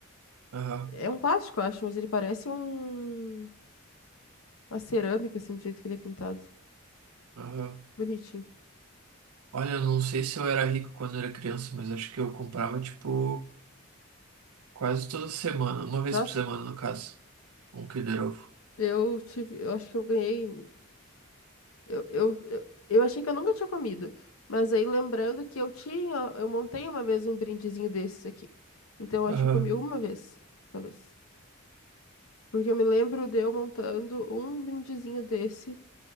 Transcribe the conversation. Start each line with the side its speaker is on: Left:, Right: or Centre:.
Right: Aham,
Left: É um plástico, eu acho, mas ele parece um, uma cerâmica, assim, do jeito que ele é pintado.
Right: aham.
Left: Bonitinho.
Right: Olha, eu não sei se eu era rico quando eu era criança, mas acho que eu comprava, tipo, quase toda semana, uma vez
Left: Nossa,
Right: por semana, no caso, um Kinder Ovo.
Left: eu tive, eu acho que eu ganhei. Eu, eu, eu, eu achei que eu nunca tinha comido. Mas aí lembrando que eu tinha, eu montei uma vez um brindezinho desses aqui. Então eu acho
Right: Aham,
Left: que eu comi uma vez, talvez. Porque eu me lembro de eu montando um brindezinho desse,